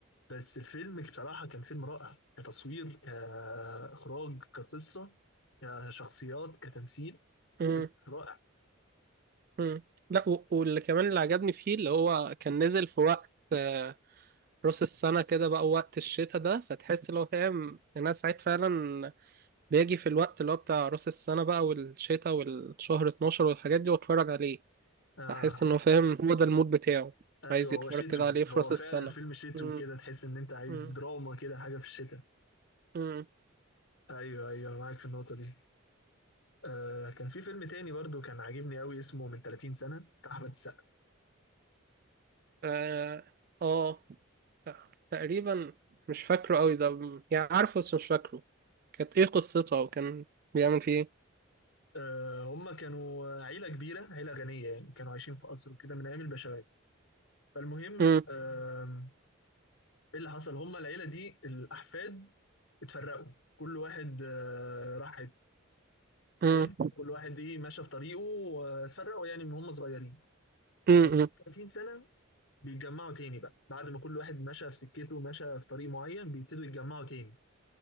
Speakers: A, on the left; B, on the right.
A: بس الفيلم بصراحة كان فيلم رائع كتصوير كإخراج كقصة كشخصيات كتمثيل
B: مم،
A: فيلم رائع
B: مم. لا و- واللي كمان اللي عجبني فيه اللي هو كان نزل في وقت آه، راس السنة كده بقى وقت الشتاء ده فتحس اللي هو فاهم الناس ساعات فعلا بيجي في الوقت اللي هو بتاع راس السنة بقى والشتاء والشهر 12 والحاجات دي واتفرج عليه
A: آه
B: احس انه فاهم هو ده المود بتاعه
A: أيوه
B: عايز يتفرج
A: هو شتوي
B: كده عليه في
A: هو
B: راس
A: فعلا
B: السنة
A: فيلم شتوي
B: مم.
A: كده تحس إن أنت عايز
B: مم.
A: دراما كده حاجة في الشتاء
B: مم.
A: أيوه أيوه معاك في النقطة دي آه كان في فيلم تاني برضو كان عاجبني قوي اسمه من 30 سنة بتاع أحمد السقا
B: اه آه. تقريبا مش فاكره قوي ده يعني عارفه بس مش فاكره كانت ايه قصتها وكان بيعمل فيه ايه
A: آه هم كانوا عيلة كبيرة عيلة غنية يعني كانوا عايشين في قصر وكده من أيام البشوات فالمهم
B: مم.
A: آه ايه اللي حصل هما العيله دي الاحفاد اتفرقوا كل واحد آه، راح حته
B: مم.
A: حلو كل واحد ايه ماشى في طريقه واتفرقوا يعني من هم صغيرين
B: مم.
A: فبعد
B: مم.
A: 30 سنه بيتجمعوا تاني بقى بعد ما كل واحد مشى في سكته مشى في طريق معين بيبتدوا يتجمعوا تاني